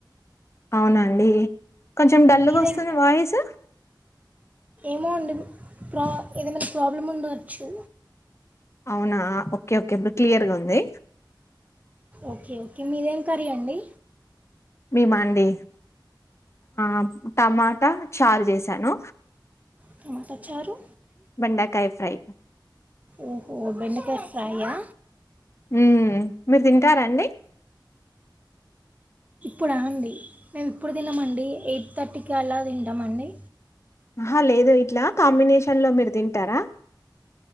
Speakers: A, on the left; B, on the right.
A: అవునండి కొంచెం డల్లుగా
B: మీదేం
A: వస్తుంది వాయిస్
B: ఏమో అండి ప్రా ఏదనా ప్రాబ్లమ్ ఉండవచ్చు
A: అవునా ఓకే ఓకే ఇప్పుడు క్లియర్ గా ఉంది
B: ఓకే ఓకే మీరేం కర్రీ అండి
A: మేమ అండి ఆ టమాటా చారు చేసాను
B: టమాట చారు
A: బెండకాయ ఫ్రై
B: ఓహో బక ఫ్రై ఆ
A: ఉ మీరు తింటారండి
B: ఇప్పుడా అండి మేము ఎప్పుడు తినమండి ఎయిట్ థర్టీకి అలా తింటామండి
A: ఆహా లేదు ఇట్లా కాంబినేషన్ లో మీరు తింటారా